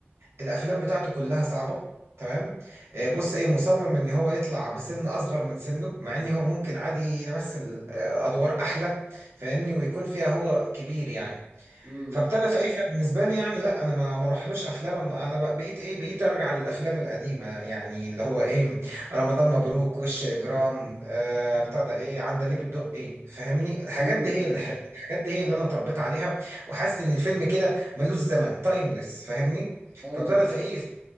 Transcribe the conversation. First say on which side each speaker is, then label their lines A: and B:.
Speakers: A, on the right; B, on the right.
A: الافلام بتاعته كلها صعبه تمام آه، بص ايه مصمم ان هو يطلع بسن اصغر من سنه مع ان هو ممكن عادي يمثل آه، ادوار احلى فاهمني ويكون فيها هو كبير يعني
B: امم
A: فابتدى في ايه بالنسبه لي يعني لا انا ما ما راحلوش افلام انا أنا بقى بقيت ايه بقيت ارجع للافلام القديمه يعني اللي هو ايه رمضان مبروك وش اجرام آه بتاع ده ايه عندليب الدقي فاهمني الحاجات
B: امم
A: دي هي اللي حلوه الحاجات دي هي اللي انا اتربيت عليها وحاسس ان الفيلم كده ملوش زمن تايمليس فاهمني
B: ايوه
A: فابتدى في ايه